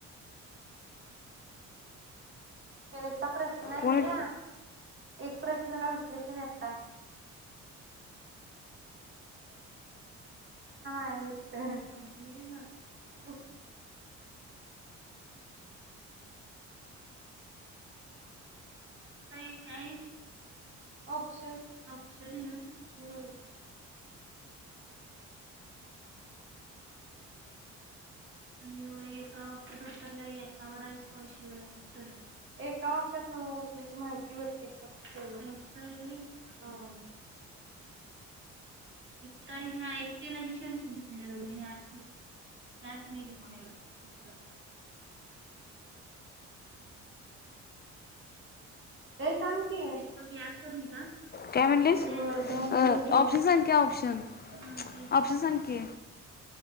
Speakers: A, on the right; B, on the left.
A: हे नुसता प्रश्न येऊ
B: कोण
A: द्या एक प्रश्न का नुसता विश्लेषण आता है <unintelligible> <unintelligible> का <unintelligible> आहे ऑप्शन ऑप्शन हाय होय. आणि एका वाक्यात उत्तरला यता वडा आहेस का अश उत्तर एका वाक्यात <unintelligible> न उसमची माहिती होते <unintelligible> इ ह्या येते ना जिकशशी दिस नाही हशी नाही दिस ते सांगते सब याद करने का
B: काय म्हणलीस
A: रहता मम्मी
B: अ ऑप्शन सांग की ऑप्शन
A: मम्मी
B: ऑप्शन सांग की